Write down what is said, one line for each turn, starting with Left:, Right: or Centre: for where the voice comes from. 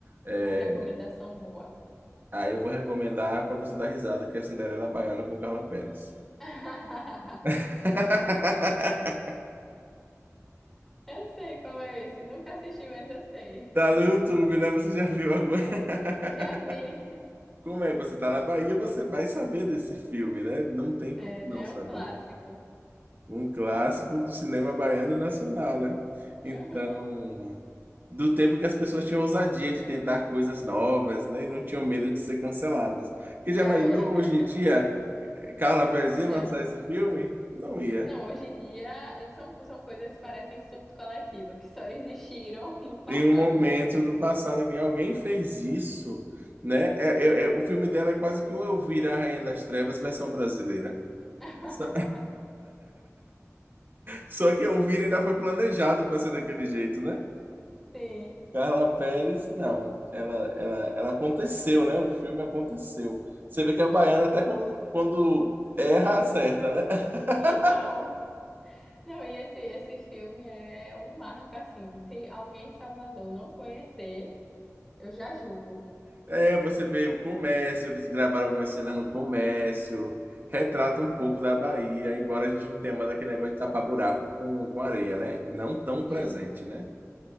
Right: É,
Centre: uma recomendação boa.
Right: aí eu vou recomendar para você dar risada, que é Cinderela Baiana com Carla Pérez.
Centre: <laughs>
Right: <laughs>
Centre: Eu sei qual é esse. Nunca assisti, mas eu sei.
Right: Tá no YouTube, né? Você já viu agora?
Centre: <laughs>
Right: <laughs>
Centre: Já vi.
Right: Como é? Você tá na Bahia, você vai saber desse filme, né? Não tem
Centre: É,
Right: como não saber.
Centre: é um clássico.
Right: Um clássico do cinema baiano e nacional, né? Então,
Centre: Aham.
Right: do tempo que as pessoas tinham ousadia de tentar coisas novas, né? E não tinham medo de ser canceladas. Porque já
Centre: É.
Right: imaginou
Centre: <laughs>
Right: hoje em dia eh, Carla Perez ia
Centre: Não.
Right: lançar esse filme? Não ia.
Centre: Não, hoje em dia são, são coisas que parecem surto coletivo, que só existiram <laughs> no passado
Right: Em um momento
Centre: mesmo.
Right: do passado, que alguém fez isso, né? É- é- é- o filme dela é quase que um Elvira, a Rainha das Trevas, versão brasileira.
Centre: <laughs>
Right: Só, só que Elvira ainda foi planejado para ser daquele jeito, né?
Centre: Sim,
Right: Carla Pérez, não. Ela, ela, ela aconteceu, né? O filme aconteceu. Você vê que a baiana,
Centre: foi.
Right: até quando, quando erra, acerta, né? <laughs>
Centre: Então. Não, e esse, esse filme é um marco, assim. Se alguém de Salvador não conhecer, eu já julgo.
Right: É, você vê o comércio, eles gravaram algumas cenas no comércio, retrata um pouco da Bahia, embora a gente não tenha mais aquele negócio de tapar buraco com, com areia, né? Não tão presente,
Centre: Sim,
Right: né?